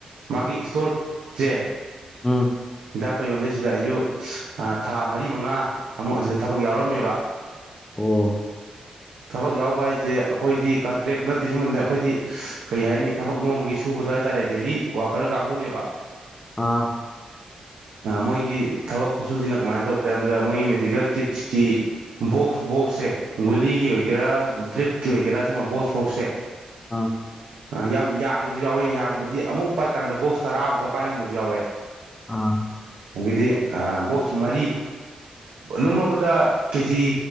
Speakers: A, on the right; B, on the left.
A: ꯃꯥꯒꯤ ꯏꯁꯇꯣꯔꯁꯦ
B: ꯎꯝ
A: ꯍꯤꯗꯥꯛ ꯄꯩꯕꯝꯁꯦ ꯑꯁꯤꯗ ꯑꯩꯁꯨ ꯊꯥ ꯃꯔꯤ ꯃꯉꯥ ꯑꯃꯨꯛ ꯑꯁꯤꯗ ꯊꯕꯛ ꯌꯥꯎꯔꯝꯃꯦꯕ
B: ꯑꯣ
A: ꯊꯕꯛ ꯌꯥꯎꯕ ꯍꯥꯏꯁꯦ ꯑꯩꯈꯣꯏꯗꯤ ꯀꯟꯇ꯭ꯔꯦꯛ ꯅꯠꯇꯦ ꯁꯨꯝꯕꯅꯦ ꯑꯩꯈꯣꯏꯗꯤ ꯀꯩ ꯍꯥꯏꯅꯤ ꯊꯕꯛ ꯅꯣꯝꯃꯒꯤ ꯁꯨꯕꯗꯣ ꯍꯥꯏꯇꯥꯔꯦ ꯗꯦꯂꯤ ꯋꯥꯀꯔ ꯀꯥꯡꯒꯨꯅꯦꯕ
B: ꯑꯥ
A: ꯃꯣꯏꯒꯤ ꯊꯕꯛ ꯈꯨꯠꯁꯨꯁꯤꯅ ꯀꯃꯥꯏꯅ ꯇꯧꯒꯦ ꯍꯥꯏꯀꯥꯟꯗ ꯃꯣꯏꯒꯤ ꯃꯦꯗꯤꯀꯦꯜ ꯀꯤꯠꯁꯀꯤ ꯕꯣꯛꯁ ꯕꯣꯛꯁꯁꯦ ꯒꯨꯂꯤꯒꯤ ꯑꯣꯏꯒꯦꯔꯥ ꯗ꯭ꯔꯤꯞꯀꯤ ꯑꯣꯏꯒꯦꯔꯥ ꯁꯨꯝꯕ ꯕꯣꯛꯁ ꯕꯣꯛꯁꯦ
B: ꯑꯝ
A: ꯑ ꯌꯥꯝ ꯌꯥꯡꯕꯁꯨ ꯌꯥꯎꯋꯦ ꯌꯥꯡꯕꯗꯤ ꯑꯃꯨꯛ ꯄꯥꯏꯀꯥꯟꯗ ꯕꯣꯛꯁ ꯇꯔꯥꯃꯨꯛꯀ ꯄꯥꯏꯉꯝꯕꯁꯨ ꯌꯥꯎꯋꯦ
B: ꯑꯥ
A: ꯑꯗꯒꯤꯗꯤ ꯕꯣꯁ ꯃꯔꯤ ꯂꯨꯝꯃꯕꯗ ꯀꯦꯖꯤ